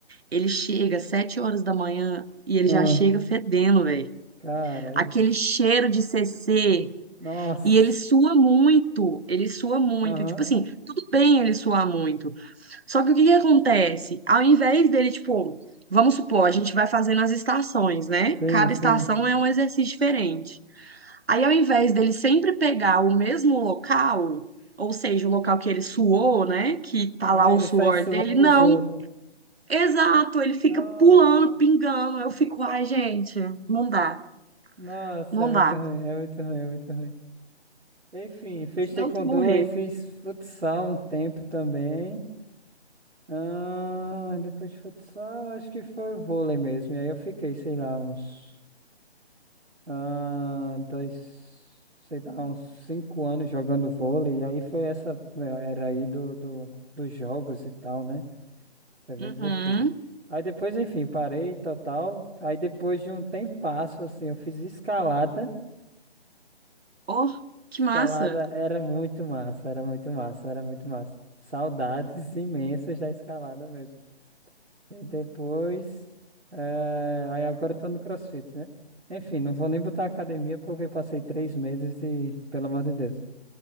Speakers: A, on the right (about 65°); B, on the right (about 80°).
A: Ele chega às 7 horas da manhã e ele
B: Ah,
A: já chega fedendo, velho.
B: cara,
A: Aquele
B: isso.
A: cheiro de CC.
B: Nossa.
A: E ele sua muito. Ele sua muito.
B: Aham.
A: Tipo assim, tudo bem ele suar muito. Só que o que que acontece? Ao invés dele, tipo, vamos supor, a gente vai fazendo as estações, né?
B: Sim,
A: Cada
B: sim.
A: estação é um exercício diferente. Aí, ao invés dele sempre pegar o mesmo local, ou seja, o local que ele suou, né? Que tá
B: Ah,
A: lá o
B: ele
A: suor
B: sai suando
A: dele,
B: dos
A: não.
B: outros.
A: Exato, ele fica
B: Nossa,
A: pulando, pingando. Eu fico, ai, gente, não dá,
B: nossa,
A: não
B: é muito
A: dá.
B: ruim, é muito ruim, é muito ruim. Enfim, fez
A: Se
B: taekwondo,
A: Eu tô morrer.
B: aí fiz futsal um tempo também. Ah, depois de futsal, acho que foi vôlei mesmo. E aí eu fiquei, sei lá, uns ah, dois, sei lá, uns cinco anos jogando vôlei. E aí foi essa, é, era aí do, do, dos jogos e tal, né? Foi bem
A: Uhum.
B: divertido. Aí depois, enfim, parei total. Aí depois de um tempasso, assim, eu fiz escalada.
A: Oh, que
B: Escalada
A: massa.
B: era muito massa, era muito massa, era muito massa. Saudades imensas da escalada mesmo. E depois. eh, Aí agora eu tô no CrossFit, né? Enfim, não vou nem botar academia porque eu passei três meses e, pelo amor de Deus,